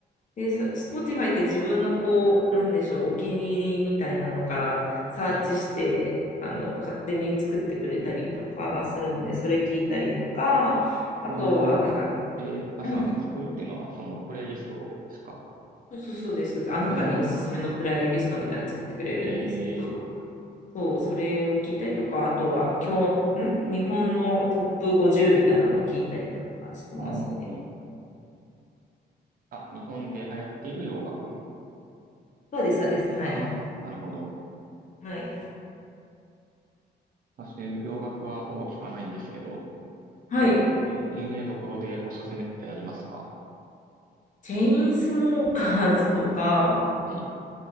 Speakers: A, on the left; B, on the right.
A: で、そ Spotify って自分のこう、なんでしょう、お気に入りみたいなのからサーチして、
B: はい。
A: あの、勝手に作ってくれたりとかするんで、それ聞いたりとか、
B: えー、作るっ
A: あとは、なんか、
B: て、あ、
A: うん、
B: すいません。作るっていうのは、その、プレイリストですか
A: そうそうそうです。あなたにおすすめのプレイリストみたいなの作ってくれるんですけど、
B: ええええ
A: そう、それを聞いたりとか、あとは今日、ん日本のトップ50みたいなのを聞いたりとかしてますね。
B: あーあ、日本で流行っている洋楽。
A: そうです、そうです。はい。
B: ああ、なるほど。
A: はい。
B: 私、洋楽はほぼ聞かないんですけど、
A: はい。
B: 有名、有名どころでおすすめってありますか
A: チェインスモーカーズとか、
B: はい、